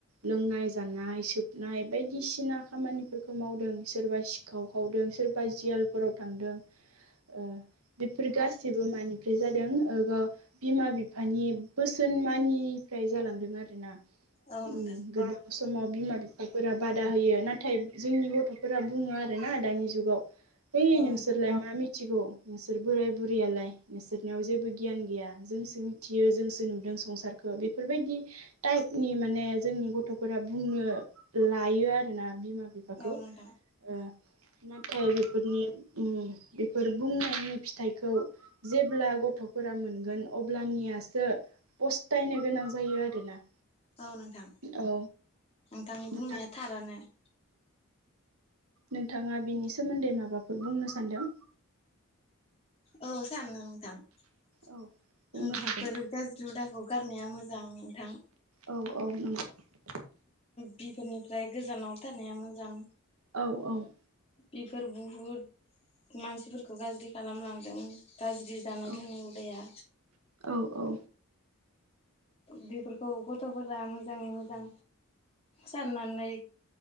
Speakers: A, on the right (about 85°); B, on the left (about 30°).
A: लोंनाय जानाय सोबनाय बायदिसिना खामानिफोरखौ मावदों सोरबा सिखाव खावदों सोरबा जियालफोराव थांदों। औ बेफोर गासिबो मानिफ्राय जादों <inaudible> बिमा बिफ फानि बोसोन मानि फ्राय जालांदों आरो ना
B: औ नोंथां
A: उम गोबां समाव बिमा बिफाफोरा बादा दा होयो नाथाय जोंनि गथ'फोरा बुङो आरोना दानि जुगाव ओय
B: औ
A: नोसोरलाय मा मिथ मिथिगौ नोंसोर बोराय बुरैयालाय नोंसोरनियाव जेबो गियान गैया जोंसो मिथियो जोंसो नुदों संसारखौ बेफोरबायदि टाइपनि माने जोंनि गथ'फोरा बुंनो लायो आरोना बिमा बिफाखौ
B: नोंथां
A: ओ नाथाय बेफोरनि उम बेफोर बुंनायनि फिथाइखौ जेब्ला गथ'फोरा मोनगोन अब्लानियासो फस्थायनो गोनां जायो आरोना
B: औ नोंथां
A: औ
B: नोंथांनि बुंनाया
A: नोंथां
B: थारानो <inaudible>
A: नोंथाङा बिनि सोमोन्दै माबाफोर बुंनो सानदों?
B: औ सानो नोंथां
A: औ बुंनो
B: बेफोरो
A: हागोन दे
B: गाज्रि हुदाखौ गारनाया मोजां नोंथां
A: औ औ नोंगौ
B: बेफोरनिफ्राय गोजानाव थानाया मोजां
A: औ औ
B: बेफोर बुहुद मानसिफोरखौ गाज्रि खालामलांदों। गाज्रि जानाय
A: औ
B: लोंनाय उदाया
A: औ
B: बेफोरखौ गथ'फोरा मोजाङै मोजां साननानै